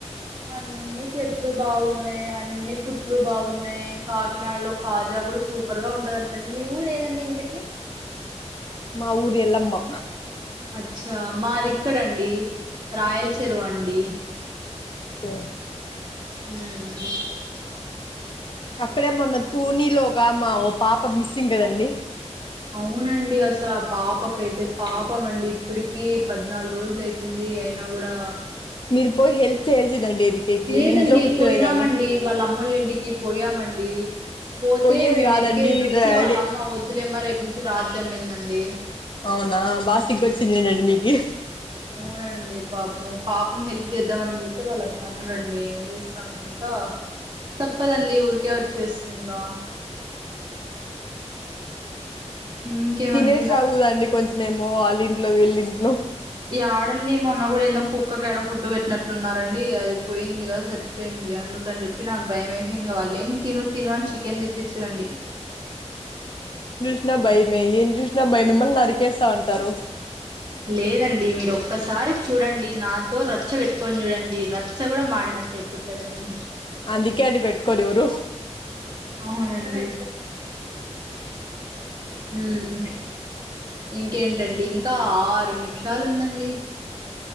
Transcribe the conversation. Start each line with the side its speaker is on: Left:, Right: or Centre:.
Right: అన్నిీ చెట్లు బాగున్నాయి అన్నిీ పుట్లు బాగున్నాయి కాకినాడలో కాజా కూడా సూపర్ గా ఉంటదంటండి మీ ఊరు ఏదండి ఇంటికి
Left: మా ఉరి ఎలమ్మా
Right: అచ్చా మాది ఇక్కడండి రాయల చెరువు అండి
Left: ఓకే
Right: మ్
Left: అక్కడే మొన్న తూనీలో ఒగా మా ఓ పాప మిస్సింగ్ కదండి
Right: అవునండి అసలు ఆ పాపకైతే పాపం అండి ఇప్పటికి పద్నాలుగు రోజుల అయితుంది అనా కూడా
Left: మీరు పోయి హెల్ప్ చేయాల్సిందండి ఎతికేకి
Right: లేదండి
Left: ఇంట్లో కూర్చునేది
Right: పోయినామండి
Left: కాదు
Right: వాళ్ళ అమ్మోల్లి ఇంటికి పోయామండి పండి పోతే
Left: పోయ్యేది
Right: మేము
Left: కాదండి
Right: వెతికే చూసి
Left: డాడీ
Right: వాళ్ళమ్మ వద్దులేమ్మ రేపు నుంచి రాద్దండి అనిందండి
Left: అవునా బాగా సిగకొచ్చిందినండి మీకు
Right: అవునండి పాపం పాపం హెల్ప్ చేద్దాం అని పోతే వాళ్ళు అట్ అనరండి ఏం చేస్తాం ఇంకా తప్పదండి ఊరికే వచ్చేసినంకా ఇంకేమండి
Left: తినేసి రాగుదా అండి కొంచం ఏమో వాళ్ళింట్లో వీళ్ళింట్లో
Right: ఈ ఆడండి ఈ మొన్న కూడా ఎందో కుక్క కాడో ఫుడ్ పెట్నట్టున్నారు రండి అది పోయింది కదా చచ్చిపోయింది అందుకని చెప్పి నాకు భయం వేసి ఇంకా వాళ్ళు ఏం తిను తిను అని చికెన్ తెచ్చిచ్చ రండి
Left: చూసిన భయమే ఏం చూసినా భయమే మిమ్మళ్ళని నరికేస్తా అంటారు
Right: లేదండి మీరు ఒక్కసారి చూడండి నాతో రచ్చ పెట్టుకొని చూడండి రచ్చ కూడా మాడి మస్ అయిపోతది అండి
Left: అందుకే అడి పెట్టుకోడి ఎవరు
Right: అవును అండి హుమ్మ్ ఇంకేంటండి ఇంకా ఆరు నిమిషాలు ఉందండి